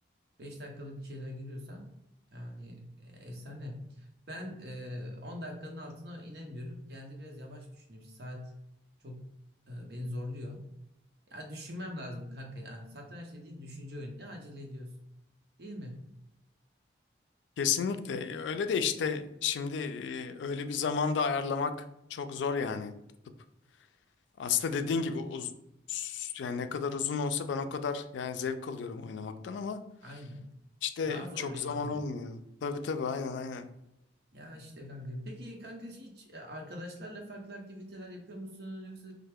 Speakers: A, on the right (about 60°); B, on the left (about 80°).
A: 5 dakikalık şeyler giriyorsan yani e, efsane. Ben e, 10 dakikanın altına inemiyorum. Geldi biraz yavaş düşünüyorum. Saat çok e, beni zorluyor. Ya düşünmem lazım kanka ya. Satranç dediğin düşünce oyunu. Ne acele ediyorsun? Değil mi?
B: Kesinlikle E, öyle de işte şimdi e, öyle bir zamanda ayarlamak çok zor yani tutup. Aslında dediğin gibi uz yani ne kadar uzun olsa ben o kadar yani zevk alıyorum oynamaktan ama
A: Aynen.
B: işte
A: Daha zorlayıcı
B: çok zaman
A: oluyor.
B: olmuyor. Tabii tabii aynen aynen.
A: Ya işte kanka. Peki kanka hiç e, arkadaşlarla farklı aktiviteler yapıyor musun? Yoksa